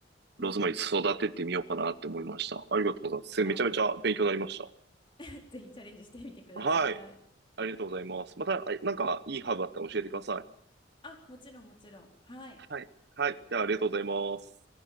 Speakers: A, on the left (about 25°); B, on the right (about 60°).
A: うんうん。
B: ローズマリー育ててみようかなって思いました。ありがとうございます。めちゃめちゃ勉強になりました。
A: あ、<laughs> ぜひチャレンジしてみてください。
B: はい。ありがとうございます。また、あなんか、いいハーブあったら教えてくださ
A: あ、もちろんもちろん。はい。
B: い。はい。はい。じゃあ、ありがとうございます。